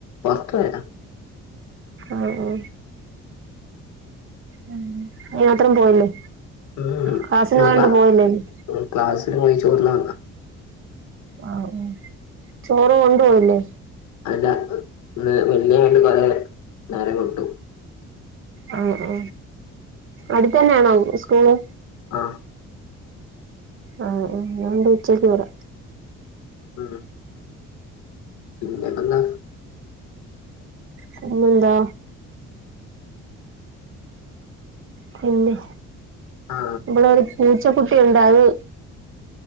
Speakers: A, on the left; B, on the right.
A: വർക്ക്‌കഴിഞ്ഞോ
B: മ് മ് ഉം നീ മാത്രം പോയില്ലേ
A: ഉം
B: ക്ലാസ്സിന്
A: നല്ല
B: പോയോണ്ട് പോയില്ലേ നീ
A: ഉം ക്ലാസ് പോയി ചോറ് ണ്ണാ വന്ന
B: ആ ഹ് ചോറ് കൊണ്ട് പോയില്ലേ
A: അല്ല ഇന്ന് വലിയ വണ്ടി കൊറെ നിറ കൊട്ടു
B: ആ ആ അടുത്തന്നെയാണോ സ്കൂള്
A: ആ
B: ആ മ് തുകൊണ്ട് ഉച്ചയ്ക്ക് വരാ
A: ഉം പിന്നെ എന്താ
B: പിന്നെന്താ പിന്നെ
A: ആ
B: ഇവടെ ഒരു ക്യു ച്ചകുട്ടി ഉണ്ട് അത്